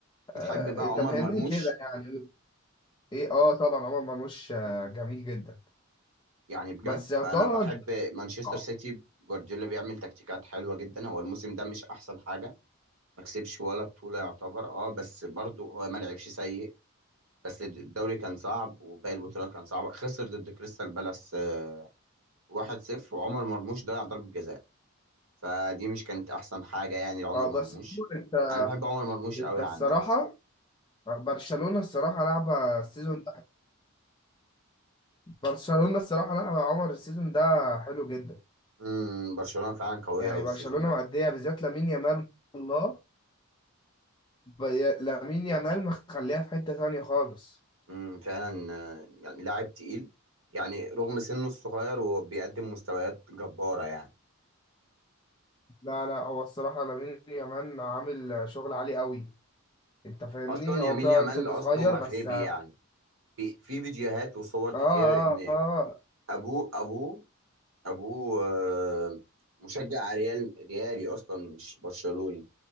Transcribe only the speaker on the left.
أه
أنت فاهمني
كده يعني إيه أه طبعا عمر مرموش آه،
جميل جدا
بس يا
طه
أنت
أه
آه، بس
أنت
أنت
الصراحة
آه، برشلونة الصراحة لعبة السيزون ده برشلونة الصراحة لعبة يا عمر السيزون ده حلو جدا
يعني
برشلونة
مأدية بالذات لامين يامال الله بي- لامين يامال مخليها في حتة تانية خالص
لا لا هو الصراحة لامين يامال عامل شغل عالي قوي انت فاهمني
هو
فعلا
سنه
صغير
بس اه
اه
اه آه.